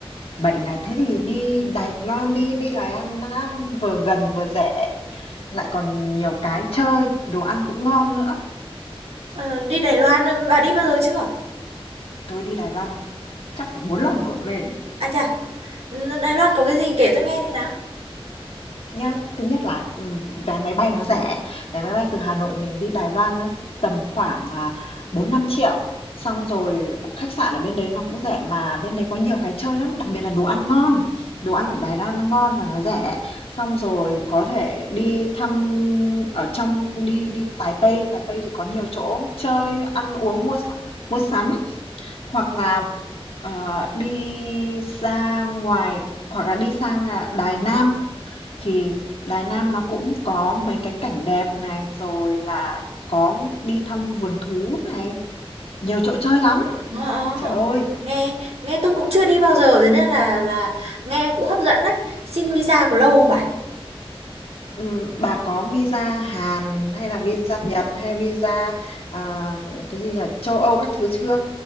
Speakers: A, on the left (about 70°); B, on the right (about 80°).
A: bảy ngày thế thì đi Đài Loan đi, đi Đài Loan á, vừa gần vừa rẻ, lại còn nhiều cái chơi, đồ ăn cũng ngon nữa.
B: Ờ, đi Đài Loan ừ, bà đi bao giờ chưa?
A: Tôi đi Đài Loan chắc phải 4 lần rồi cũng nên.
B: À chà, ừ, Đài Loan có cái gì kể tôi nghe đi nào.
A: Nhá, thứ nhất là, ừm, vé máy bay nó rẻ, vé máy bay từ Hà Nội mình đi Đài Loan á, tầm khoảng, à, 4 000 000 xong rồi khách sạn ở bên đấy nó cũng rẻ, mà bên đấy có nhiều cái chơi lắm, đặc biệt là đồ ăn ngon, đồ ăn ở Đài Loan nó ngon và nó rẻ. Xong rồi có thể đi thăm ở trong đi đi Taipei, Taipei thì có nhiều chỗ chơi, ăn uống, mua sắm mua sắm. Hoặc là, ờ, đi ra ngoài hoặc là đi sang, à, Đài Nam thì Đài Nam nó cũng có mấy cái cảnh đẹp này, rồi là có đi thăm vườn thú này, nhiều chỗ chơi lắm.
B: Ờ, ờ.
A: Trời
B: ờ.
A: ơi,
B: nghe nghe tôi cũng chưa đi bao giờ thế nên là là nghe cũng hấp dẫn đấy. Xin visa có lâu không bà?
A: ừm, bà có visa Hàn hay là visa Nhật hay visa, à, cái gì nhỉ, châu Âu các thứ chưa?